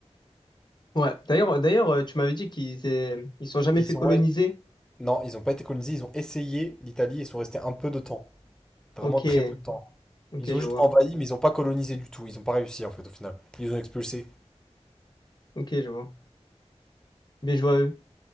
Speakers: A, on the left (about 40°); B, in the centre.
A: Ouais. D'ailleurs, d'ailleurs, euh, tu m'avais dit qu'ils aient- ils sont jamais
B: Ils
A: fait coloniser.
B: ont, ouais, non, ils n'ont pas été colonisés, ils ont essayé l'Italie et sont restés un peu de temps. Vraiment
A: Ok,
B: très peu de temps.
A: ok,
B: Ils
A: je
B: ont juste
A: vois.
B: envahi, mais ils n'ont pas colonisé du tout. Ils n'ont pas réussi, en fait, au final. Ils les ont expulsés.
A: Ok, je vois. Bien joué à eux.